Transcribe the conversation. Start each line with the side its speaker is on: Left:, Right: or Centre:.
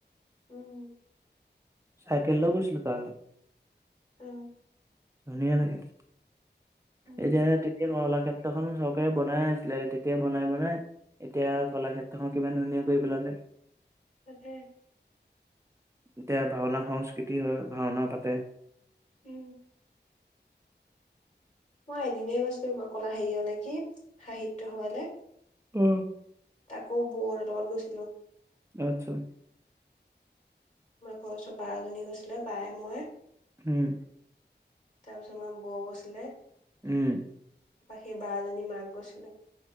Left: উম।
Right: চাইকেল লৈ গৈছিলো তালে।
Left: অ,
Right: ধুনীয় নেকি।
Left: উম
Right: এতিয়া তেতিয়াই কৰলাখন চৰকাৰে বনাই আছিলে তেতিয়াই বনাই বনাই। এতিয়া কলাক্ষেত্ৰখন কিমান ধুনীয়া কৰি পেলালে।
Left: তাকে।
Right: এতিয়া ভাওনা সংস্কৃতি হয় ভাওনা পাতে।
Left: উম মই এদিনে গৈছো কলা হেৰি নে কি সাহিত্য সভালে।
Right: উম,
Left: তাকো বৌ হত লগত গৈছিলো।
Right: আচ্ছা।
Left: আমাৰ ঘৰৰ ওচৰত বা এজনী গৈছিলে বায়ে মই,
Right: হম,
Left: তাৰ পিছত আমাৰ বৌ গৈছিলে।
Right: উম
Left: তাৰপা সেই বাজনীৰ মাক গৈছিলে।